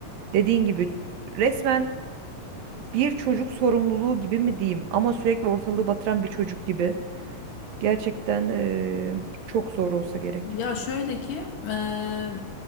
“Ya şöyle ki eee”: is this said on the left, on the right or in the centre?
Left